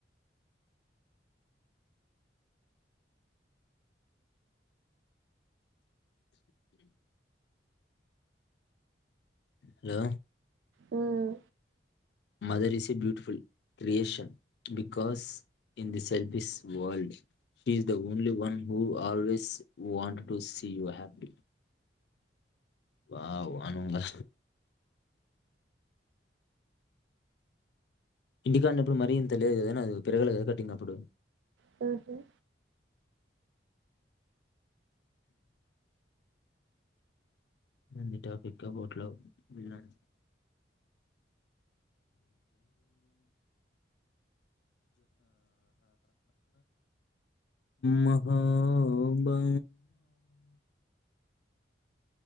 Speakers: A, on the left; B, on the right.
A: hello
B: hmm
A: mother is a beautiful creation because in the selfish world she is the only one who always want to see you happy wow అనుందా ఇంటి కాడునప్పుడు మరి ఇంత లేదు కద నాది పేరగల కదా కటింగ్ అప్పుడు
B: హు హ్మ్
A: ముంది టాపిక్ అబౌట్ లవ్ <inaudible> మొహబా